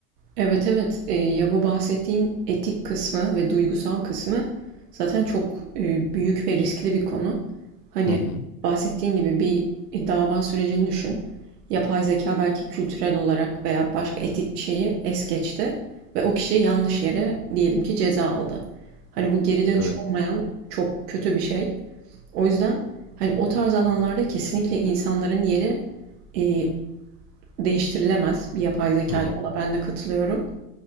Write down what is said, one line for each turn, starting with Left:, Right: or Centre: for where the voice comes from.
Right: Evet evet. Ee, ya bu bahsettiğin etik kısmı ve duygusal kısmı zaten çok e, büyük ve riskli bir konu. Hani
Left: Hı hı.
Right: bahsettiğin gibi bir e, dava sürecini düşün. Yapay zeka belki kültürel olarak veya başka etik bir şeyi es geçti ve o kişi yanlış yere diyelim ki ceza aldı. Hani bu geri dönüş
Left: Evet.
Right: olmayan çok kötü bir şey. O yüzden hani o tarz alanlarda kesinlikle insanların yeri e, değiştirilemez bir yapay zeka
Left: Hı hı.
Right: ile. Ona ben de katılıyorum.